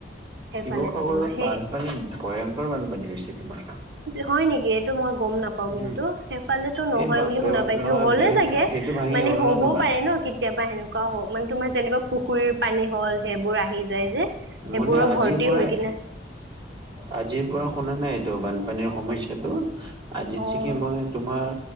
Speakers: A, on the right; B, on the right.
A: সেইফালেতো
B: শিৱসাগৰত
A: তোমাৰ সেই
B: বানপানী ভয়ংকৰ বানপানী হৈছে তোমাৰ।
A: হয় নেকি এইটো মই গম নাপ। পাওঁ
B: উম
A: কিন্তু সেইফালে নহয়
B: এই বাপে
A: বুলি শুনা
B: বাপ
A: পাইছিলো
B: নহয়
A: হ'লে
B: এইটো
A: চাগে
B: সেইটো ভাঙি
A: মানে
B: গ'ল
A: হ'বও
B: ন তোমাৰ
A: পাৰে ন কেতিয়াবা সেনেকুৱা। হ মানে তোমাৰ যেনেকুৱা পুখুৰীৰ পানী হ'ল সেইবোৰ আহি যায় যে। সেইবোৰৰ
B: মানে আজি
A: ভৰ্তি
B: পৰাই।
A: হৈ কিনে
B: আজিৰ পৰা শুনা নাই এইটো বানপানীৰ সমস্যাটো আজি
A: অ',
B: চিকে মই। তোমাৰ